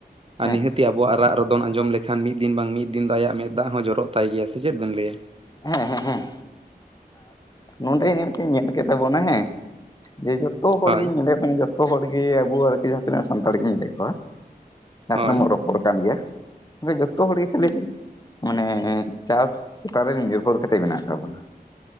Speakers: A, on the right (about 35°); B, on the left (about 25°).
A: ᱟᱨ
B: ᱦᱮᱸ
A: ᱱᱤᱦᱟᱹᱛᱤ ᱟᱵᱚᱣᱟᱜ ᱨᱟᱜ-ᱨᱚᱫᱚᱱ ᱟᱸᱡᱚᱢ ᱞᱮᱠᱷᱟᱱ ᱢᱤᱫ-ᱫᱤᱱ ᱵᱟᱝ ᱢᱤᱫ-ᱫᱤᱱ ᱫᱚ ᱟᱭᱟᱜ ᱢᱮᱫ ᱫᱟᱜ ᱦᱚᱸ ᱡᱚᱨᱚᱜ ᱛᱟᱭ ᱜᱮᱭᱟ, ᱥᱮ ᱪᱮᱫ ᱵᱮᱱ ᱞᱟᱹᱭᱟᱼᱼ
B: ᱦᱮᱸ-ᱦᱮᱸ-ᱦᱮᱸ ᱱᱚᱸᱰᱮ ᱱᱤᱛ ᱜᱤᱧ ᱧᱮᱞ ᱠᱮᱫ ᱛᱟᱵᱚᱱᱟ ᱦᱮᱸ ᱡᱮ ᱡᱷᱚᱛᱚ ᱦᱚᱲ
A: ᱦᱳᱭ
B: ᱜᱤᱧ ᱧᱮᱞᱮᱫᱼᱼ ᱩᱸ ᱡᱷᱚᱛᱚ ᱦᱚᱲ ᱜᱮ ᱟᱵᱚᱣᱟᱜ ᱟᱨᱠᱤ ᱡᱟᱦᱟᱸ ᱛᱤᱱᱟᱹᱜ ᱥᱟᱱᱛᱟᱲ ᱜᱤᱧ ᱧᱮᱞᱮᱫ ᱠᱚᱣᱟ ᱡᱟᱦᱟᱸ
A: ᱦᱳᱭ
B: ᱛᱤᱱᱟᱹᱜ ᱢᱚᱨᱚᱠᱼᱼ <unintelligible> ᱠᱟᱱ ᱜᱮᱭᱟ ᱡᱚᱛᱚ ᱦᱚᱲ‌ ᱜᱮ ᱠᱷᱟᱹᱞᱤᱼᱼ ᱢᱟᱱᱮ ᱪᱟᱥ ᱪᱮᱛᱟᱱ ᱨᱮ ᱱᱤᱨᱵᱷᱚᱨ ᱠᱟᱛᱮᱜ ᱢᱮᱱᱟᱜ ᱠᱟᱜ ᱵᱚᱱᱟ᱾